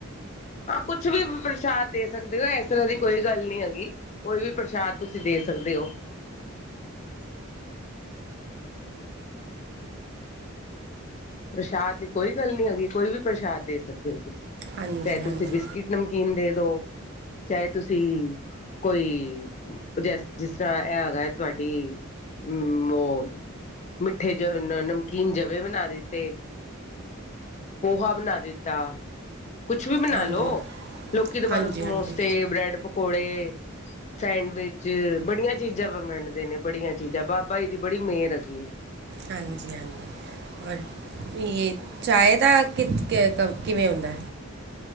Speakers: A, on the left; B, on the right.
A: ਹਾਂ ਕੁਛ ਵੀ ਪ੍ਰਸ਼ਾਦ ਦੇ ਸਕਦੇ ਹੋ ਇਸ ਤਰ੍ਹਾਂ ਦੀ ਕੋਈ ਗੱਲ ਨੀ ਹੈਗੀ। ਕੋਈ ਵੀ ਪ੍ਰਸ਼ਾਦ ਤੁਸੀਂ ਦੇ ਸਕਦੇ ਹੋ। ਪ੍ਰਸ਼ਾਦ ਦੀ ਕੋਈ ਗੱਲ ਨੀਂ ਹੈਗੀ ਕੋਈ ਵੀ ਪ੍ਰਸ਼ਾਦ ਦੇ ਸਕਦੇ ਹੋ ਤੁਸੀਂ।
B: ਹਾਂਜੀ
A: ਚਾਹੇ ਤੁਸੀਂ
B: ਹਾਂਜੀ
A: ਬਿਸਕਿਟ ਨਮਕੀਨ ਦੇ ਦੋ- ਚਾਹੇ ਤੁਸੀਂ ਕੋਈ- ਜ ਜਿਸ ਤਰ੍ਹਾਂ ਇਹ ਹੈਗਾ ਐ ਤੁਹਾਡੀ <unintelligible> ਹਮ ਮੌ- ਮਿੱਠੇ ਜਗ੍ਹਾ ਨਮਕੀਨ ਜਵੇ ਬਣਾ ਦੇ। ਤੇ ਪੋਹਾ ਬਣਾ ਦਿੱਤਾ। ਕੁਛ ਵੀ ਬਣਾ
B: ਹਾਂਜੀ
A: ਲੋੋ। ਲੋਕੀ ਤੇ ਬਾਹਰੋਂ
B: ਹਾਂਜੀ
A: ਸਮੋਸੇ
B: ਹਾਂਜੀ
A: ਬ੍ਰੈਡ ਪਕੋ- ਪਕੌੜੇ ਸੈਂਡਵਿਚ ਬੜੀਆਂ ਚੀਜ਼ਾਂ ਵੰਡਦੇ ਨੇ। ਬੜੀਆਂ ਚੀਜ਼ਾਂ ਬਾਬਾ ਜੀ ਦੀ ਬੜੀ ਮਿਹਰ ਹੈਗੀ ਏ।
B: ਹਾਂਜੀ ਹਾਂਜੀ ਔਰ ਇਹ ਚਹੀਦਾ ਕਿ ਕ ਕਿਵੇਂ ਹੁੰਦਾ ਐ।